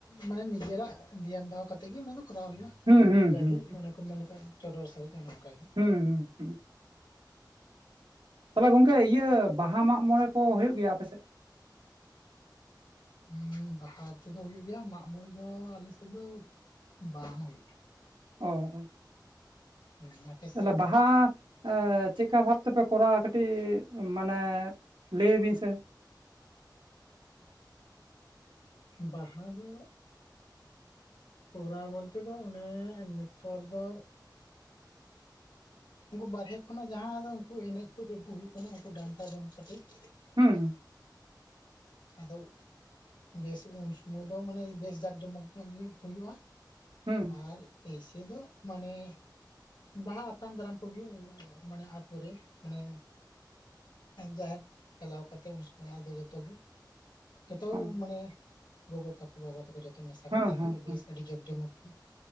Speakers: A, on the left; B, on the right.
A: ᱢᱟᱱᱮ ᱱᱤᱡᱮᱨᱟᱜ ᱫᱷᱮᱭᱟᱱ ᱫᱚᱦᱚ ᱠᱟᱛᱮ ᱜᱮ ᱚᱱᱟ ᱫᱚ ᱠᱚᱨᱟᱣ ᱦᱩᱭᱩᱜᱼᱟ᱾
B: ᱦᱩᱸ ᱦᱩᱸ
A: ᱡᱟᱜᱮ
B: ᱦᱩᱸ
A: ᱚᱱᱟ ᱠᱚ ᱢᱮᱱ ᱞᱮᱠᱷᱟᱱᱡ ᱪᱚᱰᱚᱨ ᱥᱟᱹᱨᱤᱡ ᱮ ᱚᱱᱠᱟᱜᱮ᱾
B: ᱦᱩᱸ ᱦᱩᱸ ᱦᱩᱸ ᱛᱟᱦᱚᱞᱮ ᱜᱚᱝᱠᱮ ᱤᱭᱟᱹ ᱵᱟᱸᱦᱟ ᱢᱟᱜ ᱢᱚᱬᱮ ᱠᱚ ᱦᱩᱭᱩᱜ ᱜᱮᱭᱟ ᱟᱯᱮ ᱥᱮᱫ?
A: ᱦᱮᱸ ᱵᱟᱦᱟ ᱠᱚᱫᱚ ᱦᱩᱭᱩᱜ ᱜᱮᱭᱟ ᱢᱟᱜ ᱢᱚᱬᱮ ᱫᱚ ᱟᱞᱮ ᱥᱮᱫ ᱫᱚ᱾ ᱵᱟᱝ ᱦᱩᱭᱩᱜ
B: ᱚᱻᱚ
A: ᱦᱩᱸ ᱟᱯᱮ
B: ᱛᱟᱞᱮ
A: ᱥᱮᱫ
B: ᱵᱟ ᱦᱟᱸ ᱦᱟᱸ ᱪᱮᱫ ᱞᱮᱠᱟ ᱵᱷᱟᱵ ᱛᱮᱯᱮ ᱠᱚᱨᱟᱣᱟ ᱠᱟᱹᱴᱤᱡ ᱢᱟᱱᱮ ᱞᱟᱹᱭ ᱵᱤᱱ ᱥᱮ?
A: ᱵᱟᱦᱟ ᱫᱚ ᱠᱚᱨᱟᱣ ᱵᱚᱞᱛᱮ ᱫᱚ ᱚᱱᱮ ᱱᱤᱛᱳᱨ‌ ᱫᱚ ᱩᱱᱠᱩ ᱵᱟᱨᱦᱮ ᱠᱷᱚᱱᱟᱜ ᱡᱟᱦᱟᱸ ᱫᱚ ᱩᱱᱠᱩ ᱮᱱᱮᱡ ᱠᱩᱡ ᱟᱹᱜᱩ ᱦᱩᱭᱩᱜ ᱠᱟᱱᱟ ᱩᱱᱠᱩ ᱰᱟᱱᱴᱟ ᱫᱚᱱ ᱯᱟᱴᱤ ᱾
B: ᱦᱩᱸ ᱾
A: ᱟᱫᱚ ᱵᱮᱥ ᱩᱱ ᱥᱩᱢᱟᱹᱭ ᱫᱚ ᱢᱟᱱᱮ ᱵᱮᱥ ᱡᱟᱠ ᱡᱚᱢᱚᱠ ᱧᱚᱜ ᱜᱮ ᱦᱩᱭᱩᱜᱼᱟ ᱾
B: ᱦᱩᱸ
A: ᱟᱨ ᱮᱭᱥᱮ ᱫᱚ ᱢᱟᱱᱮ ᱵᱟᱦᱟ ᱟᱛᱟᱝ ᱫᱟᱨᱟᱢ ᱠᱚᱜᱮ ᱢᱟᱱᱮ ᱟᱛᱩ ᱨᱮ ᱢᱟᱱᱮ ᱡᱟᱦᱮᱨ ᱪᱟᱞᱟᱣ ᱠᱟᱛᱮᱫ ᱩᱱ ᱥᱚᱢᱚᱭ ᱟᱫᱚ ᱡᱚᱛᱚ ᱜᱮ ᱾ ᱡᱚᱛᱚ
B: ᱦᱩᱸ
A: ᱢᱟᱱᱮ ᱜᱚᱜᱚ ᱛᱟᱠᱚ ᱵᱟᱵᱟ ᱛᱟᱠᱚ ᱡᱚᱛ ᱡᱚᱛᱚ ᱢᱮᱥᱟ
B: ᱦᱮᱸ
A: ᱠᱟᱛᱮ
B: ᱦᱮᱸ
A: ᱜᱮ ᱵᱮᱥ
B: ᱦᱮᱸ
A: ᱟᱹᱰᱤ ᱡᱟᱠ ᱡᱚᱢᱚᱠ ᱜᱮ